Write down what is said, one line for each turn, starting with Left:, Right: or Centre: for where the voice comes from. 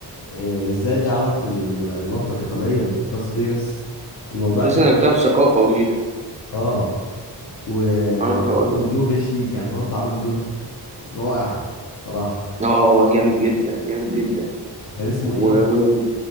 Left: إيه، ازاي ايه علاقة الم- المافيا الإيطالية بلاس فيجاس والموضوع ابتدى
Right: بس أنا كنت في ثقافة جديدة
Left: اه وجو
Right: آه لا، هو جامد
Left: بيشي كان برضه عامل دور رائع بصراحة
Right: آه هو جامد جدا جامد جدا
Left: كان اسمه ايه؟
Right: و... و...